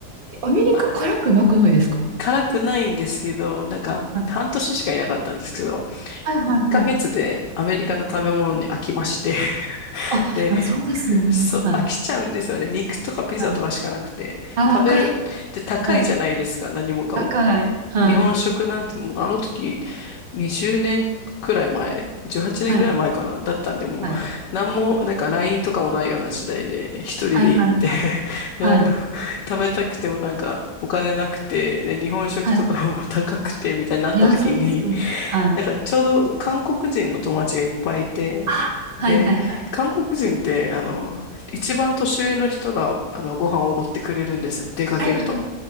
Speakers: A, on the right (about 40°); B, on the left (about 80°).
A: アメリカ辛くなくないですか
B: あ辛くないんですけど、なんか半年しかいなかったんですけど、
A: はいはいはいはい。
B: 1ヶ月でアメリカの食べ物に飽きまして。<laughs>
A: あ、
B: で、
A: そうですよね。
B: そう、
A: はい。
B: 飽きちゃうんですよね。肉とかピザとかしかなくて。
A: はい。あ、わかります。
B: 食べる、で、高いじゃないですか、
A: はい。
B: 何もかも。
A: 高い。はい。
B: 日本食なんて、もうあの時、20年くらい前、18年くらい前かな、
A: はい。
B: だったんで、もう、
A: はい。
B: なんも、なんか LINE とかもないような時代で、一人で行って
A: はいはいはい。
B: <laughs> で、
A: はい
B: なんか、食べたくてもなんか、お金なくて、で、日本食とかも高くて、
A: はい。
B: みたいになった時に、
A: いや、そうですよね。はい。
B: なんかちょうど韓国人の友達がいっぱいいて、
A: あ、
B: で、
A: はいはいはい。
B: 韓国人って、あの、一番年上の人が、あの、ご飯をおごってくれるんですよ、出かけると。
A: はいはい